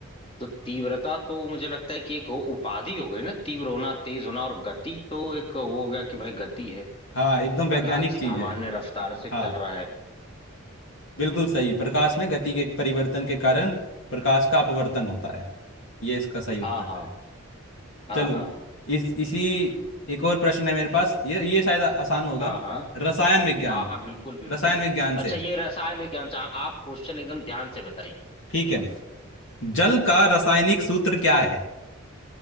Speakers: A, on the left; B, on the left.
A: तो तीव्रता तो मुझे लगता है कि एक वो उपाधि हो गई ना तीव्र होना तेज होना और गति तो एक वो हो गया कि भाई गति है
B: हाँ एकदम वैज्ञानिक
A: प्रकाश
B: चीज
A: सामान्य
B: है
A: रफ्तार से
B: हाँ
A: चल रहा है
B: बिल्कुल सही प्रकाश में गति के परिवर्तन के कारण प्रकाश का अपवर्तन होता है ये इसका सही उत्तर
A: हाँ हाँ
B: है
A: हाँ
B: चलो
A: हाँ
B: इस इसी एक और प्रश्न है मेरे पास ये ये शायद आसान होगा
A: हाँ हाँ
B: रसायन विज्ञान
A: हाँ हाँ बिल्कुल बिल्कुल
B: रसायन विज्ञान
A: अच्छा
B: से
A: ये रसायन विज्ञान से हाँ, आप क्वेश्चन एकदम ध्यान से बताइए
B: ठीक है जल का रासायनिक सूत्र क्या है